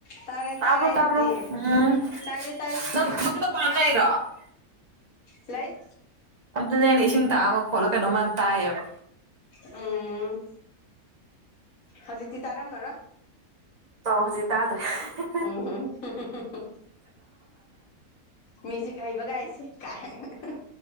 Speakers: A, on the left (about 70°); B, on the right (about 40°).
A: ꯇꯥꯔꯦ ꯇꯥꯔꯦ
B: ꯇꯕ꯭ꯔꯣ
A: ꯑꯩꯕꯨꯗꯤ
B: ꯇꯥꯕ꯭ꯔꯣ ꯎꯝ
A: ꯇꯥꯏꯌꯦ ꯇꯥꯏꯌꯦ
B: ꯅꯪ ꯅꯪ <unintelligible>
A: ꯂꯩ
B: ꯑꯗꯨꯅꯦ ꯑꯩꯟ ꯏꯁꯤꯡ ꯇꯥꯕ ꯃꯈꯣꯜꯂ ꯀꯩꯅꯣ ꯃꯌꯥꯝ ꯇꯥꯏꯑꯦꯕ
A: ꯎꯝ ꯍꯧꯖꯤꯛꯇꯤ ꯇꯥꯔꯝꯃꯔꯣꯏ
B: ꯇꯥꯎ ꯍꯧꯖꯤꯛ ꯇꯥꯗ꯭ꯔꯦ ꯍꯤ ꯍꯥ
A: ꯎꯨꯝ ꯍꯨ ꯍꯨ ꯍꯨ ꯍ ꯃꯤꯖꯤꯛ ꯍꯩꯕꯒꯥꯏꯁꯦ ꯀꯥꯏꯅ ꯑꯍꯥ